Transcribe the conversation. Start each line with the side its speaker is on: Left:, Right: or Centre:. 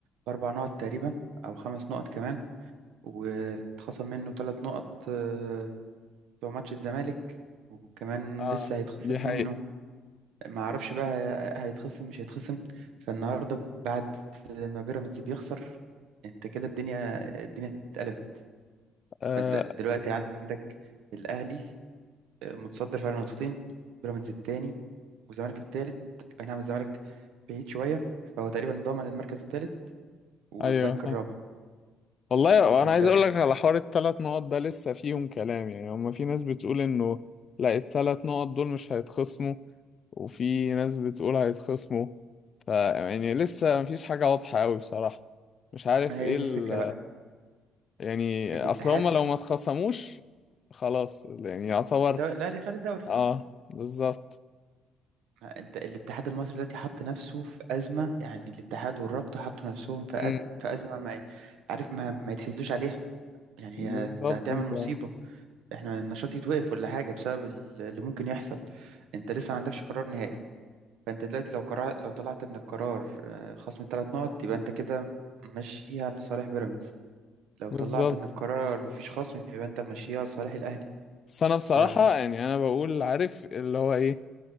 Right: بأربع نقط تقريبا أو خمس نقط كمان واتخصم منه ثلاث نقط آه، بتوع ماتش الزمالك وكمان
Left: اه
Right: لسه هيتخصم
Left: دي
Right: منه
Left: حقيقة
Right: ما أعرفش بقى هيتخصم مش هيتخصم فالنهاردة بعد ما بيراميدز بيخسر أنت كده الدنيا الدنيا اتقلبت
Left: آه
Right: فأنت دلوقتي عندك الأهلي متصدر فرق نقطتين بيراميدز التاني والزمالك التالت اي نعم الزمالك بعيد شوية فهو تقريبا ضامن المركز التالت والبنك
Left: ايوه صح
Right: الرابع
Left: والله
Right: فانت
Left: انا عايز اقول لك على حوار الثلاث نقط ده لسه فيهم كلام يعني هما في ناس بتقول انه لا الثلاث نقط دول مش هيتخصموا وفي ناس بتقول هيتخصموا ف يعني لسه مفيش حاجة واضحة قوي بصراحة مش عارف
Right: ما هي
Left: ايه
Right: دي
Left: ال...
Right: الفكرة بقى
Left: يعني
Right: الاتحاد
Left: اصل هما لو ما اتخصموش خلاص يعني يعتبر
Right: الدو... لا اللي خد الدوري
Left: اه بالظبط
Right: ما انت الاتحاد المصري دلوقتي حط نفسه في أزمة يعني الاتحاد والرابطة حطوا نفسهم في
Left: امم
Right: أد... في أزمة ما عارف ما, ما يتحسدوش عليها يعني
Left: بالظبط
Right: هي هت- هتعمل
Left: انت
Right: مصيبة احنا النشاط يتوقف ولا حاجة بسبب ال- اللي ممكن يحصل انت لسه ما عندكش قرار نهائي فانت دلوقتي لو قرار لو طلعت ان القرار آه، خصم ثلاث نقط يبقى انت كده ماشيها لصالح بيراميدز لو
Left: بالظبط
Right: طلعت ان القرار مفيش خصم يبقى انت ماشيها لصالح الاهلي
Left: بس انا بصراحة
Right: فما
Left: يعني انا بقول عارف اللي هو ايه